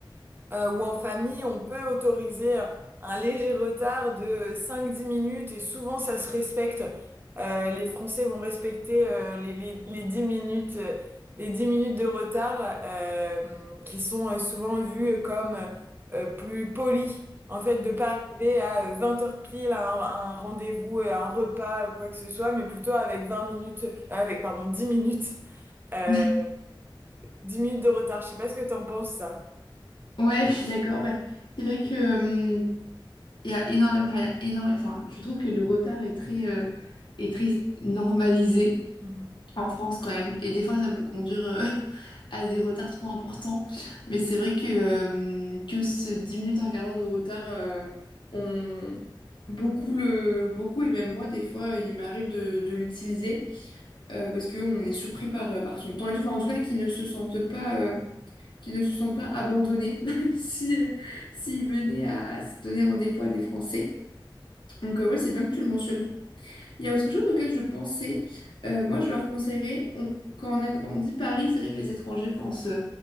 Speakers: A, on the right; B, on the left.
A: euh, ou en famille, on peut autoriser un léger retard de cinq dix minutes et souvent ça se respecte. Euh, les Français vont respecter euh, les, les, les 10 minutes, euh, les 10 minutes de retard euh, qui sont euh, souvent vues comme euh, plus polies. En fait, de pas arriver à euh, 20 heures pile à un, à un rendez-vous, euh, à un repas ou quoi que ce soit, mais plutôt avec 20 minutes, euh, avec, pardon, 10 minutes, euh,
B: mm. <laughs>
A: 10 minutes de retard. Je sais pas ce que t'en penses, ça.
B: Ouais, je suis d'accord. Bah, c'est vrai que. hum, Il y a énormément, enfin, il y a énorme- enfin, je trouve que le retard est très, euh, est très normalisé
A: <laughs>
B: en France quand même. Et des fois, ça peut conduire euh, <laughs> à des retards trop importants. Mais c'est vrai que, euh, que ce 10 minutes, un quart d'heure de retard, euh, on... beaucoup, le... beaucoup, et même moi, des fois, il m'arrive de, de l'utiliser euh, parce qu'on est surpris par, euh, par son temps et tout. Enfin, en tout cas, qu'ils ne se sentent pas, euh, qu'ils ne se sentent pas abandonnés <laughs> si, s'ils venaient à à se donner rendez-vous à des Français. Donc, euh, ouais, c'est bien que tu le mentionnes. Il y a autre chose auquel je pensais. Euh, moi, je leur conseillerais, on- quand on a- quand on dit Paris, c'est vrai que les étrangers pensent euh,